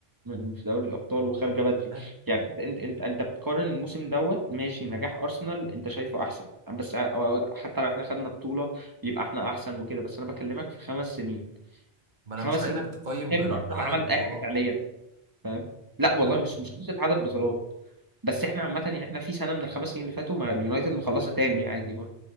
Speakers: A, on the right; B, on the right.
A: من في دوري الأبطال وخارجة بدري
B: ماشي
A: يعني انت انت انت, انت بتقارن الموسم دوت ماشي نجاح أرسنال انت شايفه أحسن بس ع- أو- حتى لو احنا خدنا بطولة يبقى احنا أحسن وكده بس أنا بكلمك في خمس سنين
B: ما انا
A: خمس
B: مش عايزك
A: سنين
B: تقيم
A: شايف
B: ب-
A: إن أرسنال
B: بعدد
A: عملت أي
B: بطولات
A: حاجة فعليا فاهم لا والله
B: نعم.
A: مش مش قصه عدد بطولات بس احنا عامه يعني احنا في سنه من الخمس سنين اللي فاتوا مع اليونايتد مخلصه تاني عادي برضه